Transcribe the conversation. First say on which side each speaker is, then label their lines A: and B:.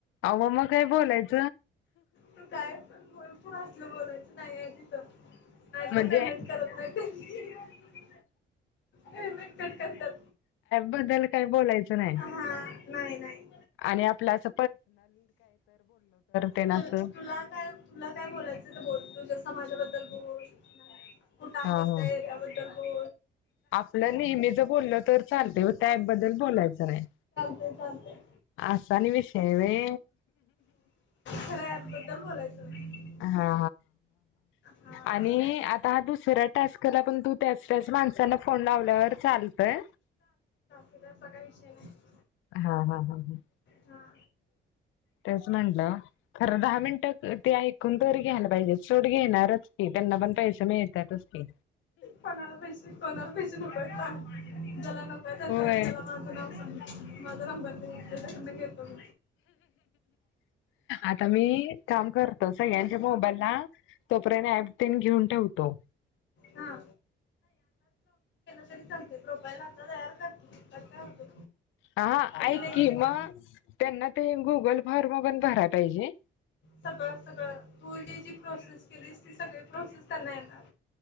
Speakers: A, on the left; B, on the left.
A: अहो मग काय बोलायचं.
B: तू काय बोल. टलं बोलायचं नाहीय तिथं <unintelligible> नाही
A: म्हणजे
B: तर पेमेंट करत नाही, ते पेमेंट कट करतात.
A: बदल काही. बोलाच नाही,
B: हा नाही नाही
A: आणि आपल अस ते ना
B: तु
A: असं
B: तुला काय तुला काय बोलायचं ते बोल तुझ्या समाजाबद्दल. हो. कुठं आहेच
A: हा हा
B: तर याबद्दल. हो.
A: आपलं नेहमी जर बोललं तर चालते त्याबद्दल बोलायचं नाही.
B: ते चालतय.
A: अ स नि विश्वा हेवे
B: खऱ्या ॲप बद्दल बोलायचं नाही
A: हा
B: हा
A: आणि आता हा दुसरा्या टास्कला पण तू त्याच त्याच माणसांना फोन लावल्यावर चालतय.
B: कचा काही विषय नाही.
A: हा हा हा हम.
B: हा
A: तेच म्हटलं खरं दहा मिनटं ते ऐकून तरी घ्यायला पाहिजे सोट घेणारच की त्यांना पण पैसे मिळतातच की
B: कोणाला पैसे कोणाला पैसे नको आहेत सांग ज्याला नको आहे त्याच
A: होय.
B: त्याला माझं नाव सांग माझा नंबर दि त्याच्याकडन घेतो म.
A: आता मी काम करतो सगळ्यांच्या मोबाईलला तोपर्यंत ऍपन घेऊन ठेवतो.
B: हा री संगते प्रोफाईल आता तयार करते. तर काय होते
A: हा
B: म्हणजे
A: ऐ
B: नेक्स्ट
A: क मग त्यांना ते गुगल फॉर्म पण भरा. पाहिजे.
B: सगळं सगळं तू जी प्रोसेस केली ती सगळी प्रोसेस. त्यांना येणार.